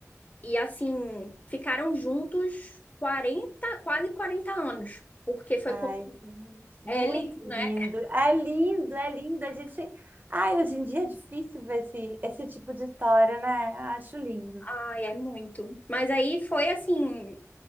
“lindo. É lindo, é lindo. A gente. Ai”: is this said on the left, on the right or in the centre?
Right